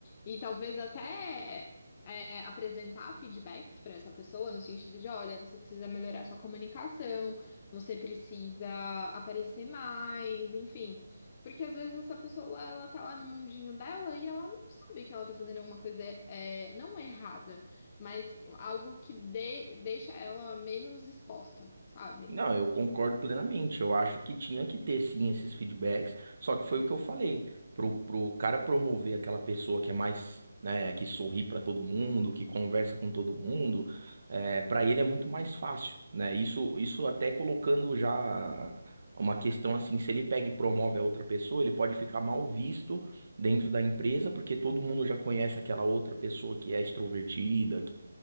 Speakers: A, on the left; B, on the right.
A: e talvez até é, apresentar feedbacks para essa pessoa, no sentido de, olha, você precisa melhorar sua comunicação, você precisa aparecer mais, enfim. Porque às vezes essa pessoa, ela tá lá no mundinho dela e ela não sabe que ela tá fazendo alguma coisa é, não errada, mas algo que dê, deixa ela menos exposta, sabe?
B: Não, eu concordo plenamente. Eu acho que tinha que ter sim esses feedbacks, só que foi o que eu falei. Pro, pro cara promover aquela pessoa que é mais, né, que sorri pra todo mundo, que conversa com todo mundo, é, para ele é muito mais fácil, né? Isso, isso até colocando já uma questão assim, se ele pega e promove a outra pessoa, ele pode ficar mal visto dentro da empresa, porque todo mundo já conhece aquela outra pessoa que é extrovertida,